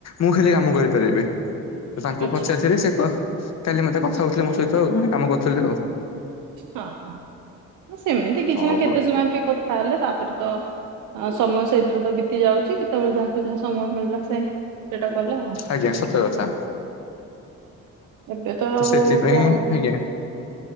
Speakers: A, on the left (about 60°); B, on the right (about 85°).
A: ମୁଁ ଖାଲ କାମ କରିପାରିବି। ତ ତାଙ୍କୁ
B: ଆଚ୍ଛା
A: ପଚାରିଥିଲି ସେ କହ କାଲି ମତେ କଥା ହଉଥିଲେ ମୋ ସହିତ ଆଉ ମାନେ କାମ କରୁଥିଲେ ଆଉ।
B: ହଁ ହଁ ସେମିତି କିଛି
A: ହଉ
B: ନା କେତେ
A: ଆଉ
B: ସମୟ ଏମିତି କଥା ଥା ହେଲେ ତାପରେ ତ ସମୟ ସେଇ ଦରେ ତ ବିତି ଯାଉଛି କେତେବେଳେ ଯାହାକୁ ଯାହା ସମୟ ମିଳିଲା ସେ ସେଇଟା କଲେ ଆଉ
A: ଆଜ୍ଞା ସତ କଥା।
B: ଏବେ ତ ଆଉ
A: ସେଥିପାଇଁ
B: କଣ
A: ଆଜ୍ଞା।